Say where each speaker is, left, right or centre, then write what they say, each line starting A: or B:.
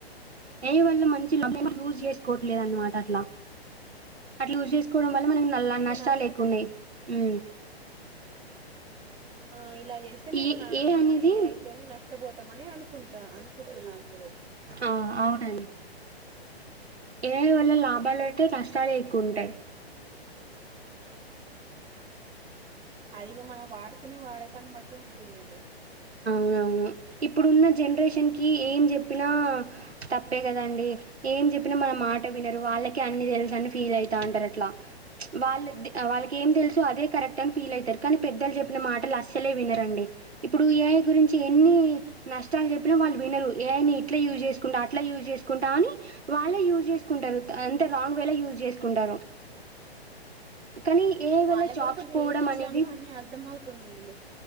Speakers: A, on the right (about 75°); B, on the right (about 15°).
A: ఏ ఐ వల్ల మంచి <unintelligible> యూజ్ చేసుకోవట్లేదన్నమాట అట్లా అట్లా యూజ్ చేసుకోవడం వల్ల మన నల్ల
B: అంటే
A: నష్టాలు
B: నష్ట
A: ఎక్కువున్నాయ్ ఊ.
B: ఆ ఇలా జేస్తే మీరు
A: ఈ
B: నా
A: ఏఐ
B: మన
A: అనేది
B: ఏ ఐ తోని నష్. చ్చబోతామని అనుకుంటా అనుకుంటున్నారు. మీరు
A: ఆ అవునయి ఏ ఐ వల్ల లాభా లంటె కష్టాలే ఎక్కువ ఉంటాయ్
B: అదిగా మనం వాడుకునే వాడకన్ని బట్టి ఉంటుందండి
A: అవును ఇప్పుడున్న జనరేషన్ కి ఏం చెప్పినా తప్పే కదండి ఎం ఎం చెప్పిన మన మాట వినరు వాళ్ళకే అన్ని తెలుసని ఫీల్ అవుతా ఉంటారు అట్లా వాళ్ళు వాళ్ళకి ఏం తెలుసు అదే కరెక్ట్ అని ఫీల్ అవుతారు కానీ పెద్దలు చెప్పిన మాటలు అ అసలే వినరండి ఇప్పుడు ఏఐ గురించి ఎన్ని నష్ ష్టాలు చెప్పినా వాళ్ళు వినరు ఏ ఐ నీ ఇట్లా యూస్ చేసుకుంటా అట్లా యూస్ చేసుకుంటా అని వాళ్ళే యూస్ చే కుంటారు అంటే రాంగ్ వేల యూజ్ చేసుకుంటారు. కానీ ఏ ఐ
B: వాళ్ళకి
A: వల్ల జాబ్స్
B: కూడా కొంచెం
A: పోవడం
B: ఏజ్ వచ్చినాక
A: అనేది
B: అన్ని అర్థం అవుతున్నాయండి